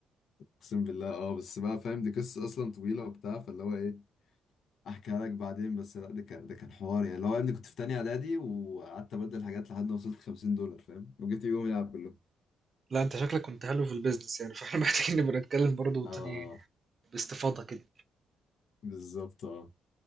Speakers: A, on the left; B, on the right.
A: اقسم بالله اه بس بقى فاهم دي قصه اصلا طويله وبتاع فاللي هو ايه احكيها لك بعدين بس لا ده كان ده كان حوار يعني اللي هو يا ابني كنت في تانية اعدادي وقعدت ابدل حاجات لحد ما وصلت 50 دولار فاهم وجيت يوم يلعب كله
B: لا انت شكلك كنت حلو في البيزنس يعني فاحنا <laughs> محتاجين نبقى نتكلم برضو تاني
A: اه
B: باستفاضة كده
A: بالظبط اه